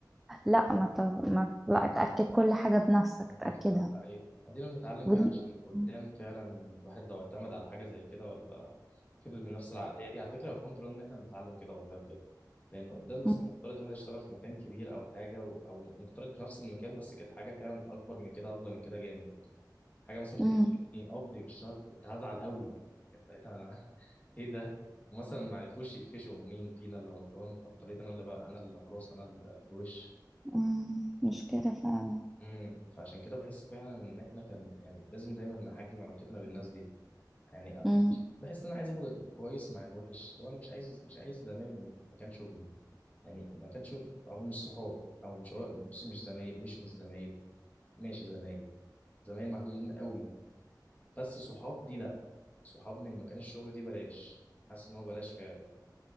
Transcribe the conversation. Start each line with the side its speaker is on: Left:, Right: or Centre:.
Centre: لا ما, ت... ما لا اتأكد كل حاجة بنفسك
Left: معاك
Centre: تأكدها
Left: حق ايوه ودينا بنتعلم فيها
Centre: ودي
Left: عشان قدام
Centre: مم.
Left: فعلا الواحد لو اعتمد على حاجه زي كده ولا فضل بنفس العقليه دي على فكره والحمد لله ان احنا بنتعلم كده والله بجد لان قدام مثلا
Centre: مم.
Left: نفترض الواحد يشتغل في مكان كبير او حاجه و... او نفترض في نفس المكان بس كانت حاجه فعلا اكبر من كده اغلى من كده جامد حاجه مثلا
Centre: امم
Left: تكلفني قبضي بالشهر كنت هزعل قوي يعني كانت ساعتها انا <laughs> ايه ده ومثلا ما عرفوش يقفشوا مين فينا اللي غلطان فاضطريت انا اللي بقى انا اللي خلاص انا اللي في الوش
Centre: امم مشكلة فعلا
Left: امم فعشان كده بحس فعلا ان احنا كان يعني لازم دايما نحجم علاقتنا بالناس دي يعني
Centre: امم
Left: مش- بحس ان انا عايز اخد الكويس مع الوحش لو انا مش عايز مش عايز زمايل من مكان شغلي يعني مكان شغلي او مش صحاب او مش بص مش زمايل مش مش زمايل ماشي زمايل زمايل محدودين قوي بس صحاب دي لا صحاب من مكان الشغل دي بلاش حاسس ان هو بلاش فعلا